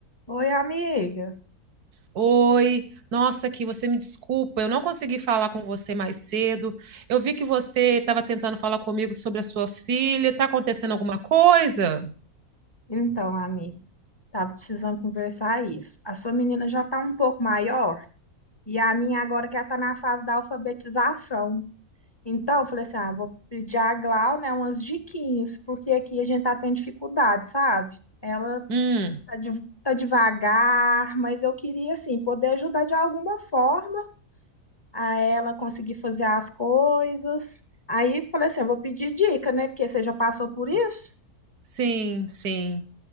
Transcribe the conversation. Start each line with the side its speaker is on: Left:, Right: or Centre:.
Left: Oi, amiga.
Right: Oi, nossa, aqui você me desculpa, eu não consegui falar com você mais cedo. Eu vi que você estava tentando falar comigo sobre a sua filha. Tá acontecendo alguma coisa?
Left: Então, amiga, tava precisando conversar isso. A sua menina já tá um pouco maior e a minha agora que ela tá na fase da alfabetização. Então, eu falei assim, ah, vou pedir a Glau, né, umas diquinhas, porque aqui a gente tá tendo dificuldade, sabe? Ela
Right: Hum,
Left: tá, de- tá devagar, mas eu queria, assim, poder ajudar de alguma forma a ela conseguir fazer as coisas. Aí, falei assim, eu vou pedir dica, né, porque você já passou por isso?
Right: sim, sim.